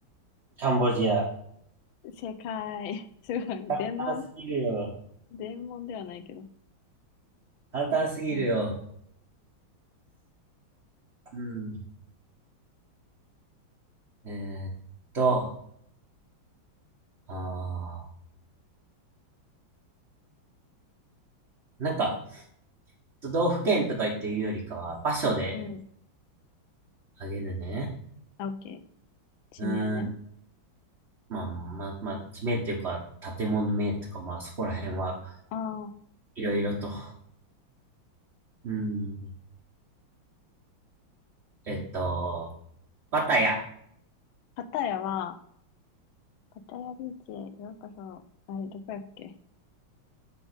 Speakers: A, on the right (about 40°); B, on the left (about 80°).
A: カンボジア。
B: 正解。<laughs> すごい。全問、
A: 簡単すぎるよ。
B: 全問ではないけど。
A: 簡単すぎるよ。
B: せ
A: うん。えーっと、あー。なんか、都道府県とか言って言うよりかは、場所で
B: うん。
A: あげるね。
B: あ、オッケー。地名ね。
A: うーん、まあ、まあ、まあ、地名というか、建物名とか、まあ、そこら辺は
B: ああ、
A: いろいろと。うん、えっと、パタヤ。
B: パタヤは、パタヤビーチへようこそ。あれ、どこやっけ